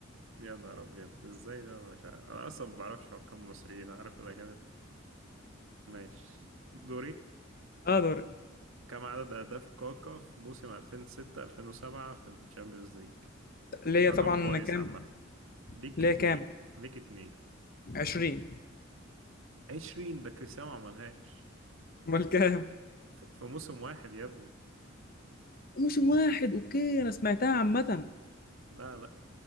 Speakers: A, on the right (about 80°); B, on the left (about 45°).
A: يا نهار أبيض إزاي ده مش عارف. أنا أصلا ما بعرفش حكام مصريين عارف الأجانب ماشي دوري
B: اه دورك
A: كم عدد أهداف كاكا في موسم 2006 2007 في الشامبيونز ليج
B: ليا
A: رقم
B: طبعا
A: كويس
B: كام
A: عامة ليك
B: ليا
A: اتنين
B: كام
A: ليك اتنين
B: 20
A: عشرين ده كريستيانو ما عملهاش
B: امال كام
A: ف- في موسم واحد يا ابني
B: موسم واحد اوكي انا سمعتها عامة
A: لا لا